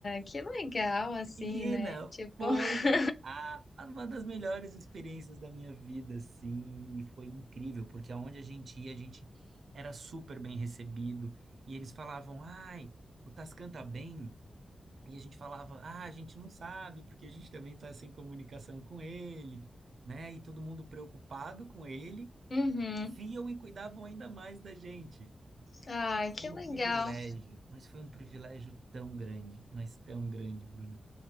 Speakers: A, on the left; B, on the right.
A: que legal, assim,
B: Menina,
A: né? Tipo,
B: foi
A: <laughs>
B: a- uma das melhores experiências da minha vida, assim, e foi incrível, porque aonde a gente ia, a gente era super bem recebido, e eles falavam, ai, o Tascan tá bem? E a gente falava, ah, a gente não sabe, porque a gente também está sem comunicação com ele, né? E todo mundo preocupado com ele,
A: uhum,
B: viam e cuidavam ainda mais da gente.
A: ai, que
B: Foi um
A: legal.
B: privilégio, mas foi um privilégio tão grande, mas tão grande, Bruna,